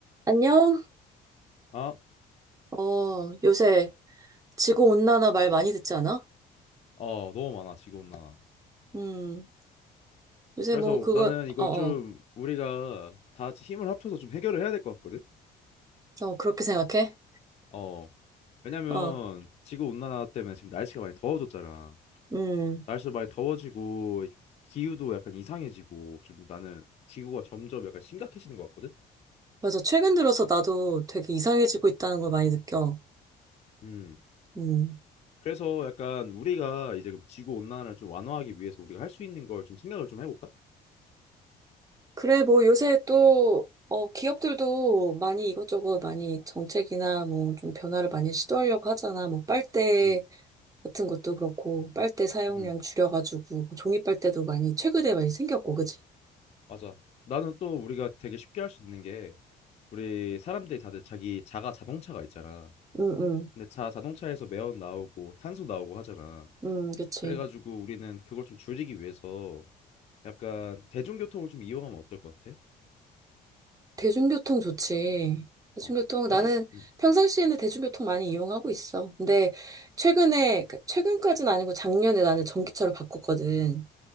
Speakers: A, on the right; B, on the left.
A: 안녕?
B: 아,
A: 어, 요새 지구온난화 말 많이 듣지 않아?
B: 어, 너무 많아, 지구온 난화.
A: 음, 요새
B: 그래서
A: 뭐 그거,
B: 나는 이거
A: 어, 어,
B: 좀 우리가 다 같이 힘을 합쳐서 좀 해결을 해야 될 것 같거든?
A: 어, 그렇게 생각해?
B: 어. 왜냐면
A: 어,
B: 지구온 난화 때문에 지금 날씨가 많이 더워졌잖아.
A: 음,
B: 날씨도 많이 더워지고 기후도 약간 이상해지고 좀 나는 지구가 점점 약간 심각해지는 것 같거든?
A: 맞아. 최근 들어서 나도 되게 이상해지고 있다는 걸 많이 느껴.
B: 음.
A: 음,
B: 그래서 약간 우리가 이제 지구온 난화를 좀 완화하기 위해서 우리가 할 수 있는 걸 좀 생각을 좀 해볼까?
A: 그래, 뭐 요새 또, 어, 기업들도 많이 이것저것 많이 정책이나 뭐 좀 변화를 많이 시도하려고 하잖아. 뭐 빨대
B: 음.
A: 같은 것도 그렇고, 빨대 사용량
B: 음.
A: 줄여가지고, 뭐 종이 빨대도 많이 최근에 많이 생겼고, 그치?
B: 맞아. 나는 또 우리가 되게 쉽게 할 수 있는 게 우리 사람들이 다들 자기 자가 자동차가 있잖아.
A: 응, 응,
B: 근데 자 자동차에서 매연 나오고 탄소 나오고 하잖아.
A: 응, 그치.
B: 그래가지고 우리는 그걸 좀 줄이기 위해서 약간 대중교통을 좀 이용하면 어떨 것 같아?
A: 대중교통 좋지. 대중교통,
B: 어, 대중,
A: 나는
B: 음.
A: 평상시에는 대중교통 많이 이용하고 있어. 근데 최근에, 그- 최근까지는 아니고 작년에 나는 전기차로 바꿨거든.